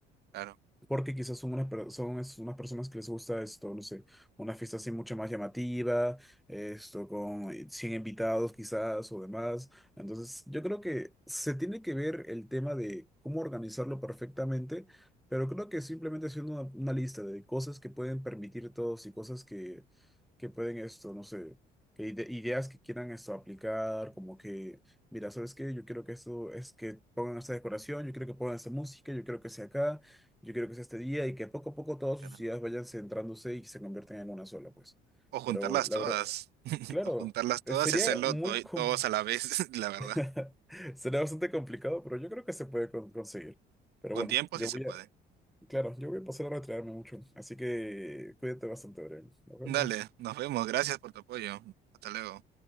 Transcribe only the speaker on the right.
Claro,
claro.
O juntarlas
todas,
<laughs>
o juntarlas
todas
y hacerlo
to-
todos a la vez, <laughs> la verdad.
Con
tiempo
sí se
puede.
Dale, nos vemos, gracias por tu apoyo. Hasta luego.